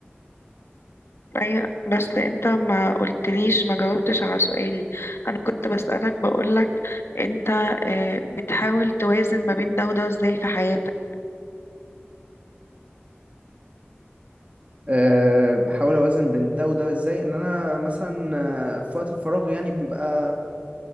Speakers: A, on the left (about 75°); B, on the right (about 30°).
A: ايوه بس انت ما قلتليش ما جاوبتش على سؤالي انا كنت بسألك بقولك انت آه، بتحاول توازن ما بين ده وده ازاي في حياتك
B: أه بحاول اوازن بين ده وده ازاي ان انا مثلا آه، في وقت الفراغ يعني بيبقى